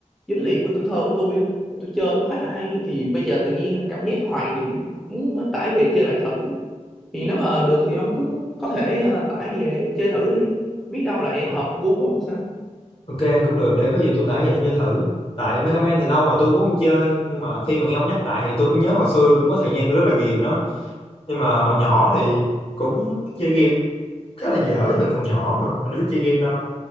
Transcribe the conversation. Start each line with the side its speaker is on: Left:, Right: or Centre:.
Centre: dính liền với tuổi thơ của tôi á. tôi chơi cũng khá là hay thì bây giờ tự nhiên cảm giác hoài niệm muốn tải về chơi lại thử thì nếu mà được thì ông cứ có thể ờ, tải về chơi thử đi biết đâu lại
Left: ok
Centre: hợp gu của ông sao
Left: ok, cũng được để có gì tôi tải về tôi chơi thử tại Mega Man thì lâu rồi tôi cũng không chơi nhưng mà khi mà nghe ông nhắc lại thì tôi cũng nhớ hồi xưa cũng có thời gian tôi rất là ghiền nó nhưng mà hồi nhỏ thì cũng chơi game khá là dở mình còn nhỏ mà mình đâu biết chơi game đâu